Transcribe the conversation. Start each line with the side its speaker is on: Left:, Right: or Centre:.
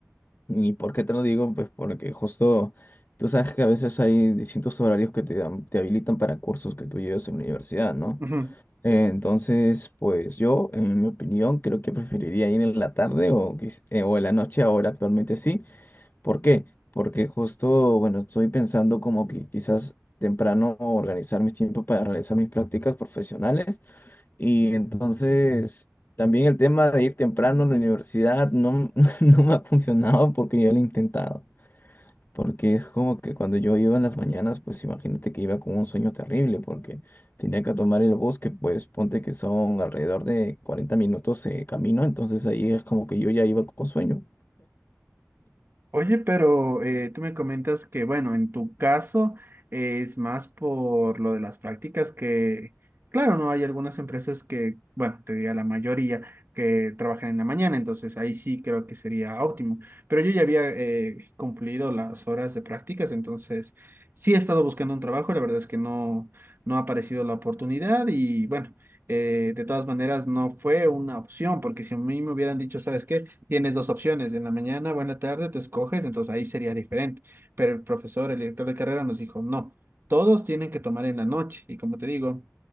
Left: ¿Y por qué te lo digo? Pues porque justo tú sabes que a veces hay distintos horarios que te dan- te habilitan para cursos que tú llevas en la universidad, ¿no?
Right: Ujú.
Left: Eh, Entonces, pues yo, en mi opinión, creo que preferiría ir en la tarde o, quiz- eh, o en la noche ahora actualmente sí. ¿Por qué? Porque justo, bueno, estoy pensando como que quizás temprano organizar mis tiempos para realizar mis prácticas profesionales y entonces también el tema de ir temprano a la universidad no, <laughs> no me ha funcionado porque yo lo he intentado. Porque es como que cuando yo iba en las mañanas, pues imagínate que iba con un sueño terrible porque tenía que tomar el bus, que pues ponte que son alrededor de 40 minutos de camino, entonces ahí es como que yo ya iba con sueño.
Right: Oye, pero eh, tú me comentas que, bueno, en tu caso eh, es más por lo de las prácticas que, claro, no hay algunas empresas que, bueno, te diría la mayoría que trabajan en la mañana, entonces ahí sí creo que sería óptimo. Pero yo ya había eh, cumplido las horas de prácticas, entonces sí he estado buscando un trabajo, la verdad es que no, no ha aparecido la oportunidad y, bueno, eh, de todas maneras no fue una opción, porque si a mí me hubieran dicho, ¿sabes qué? Tienes dos opciones, en la mañana o en la tarde, tú escoges, entonces ahí sería diferente. Pero el profesor, el director de carrera nos dijo, no, todos tienen que tomar en la noche. Y como te digo,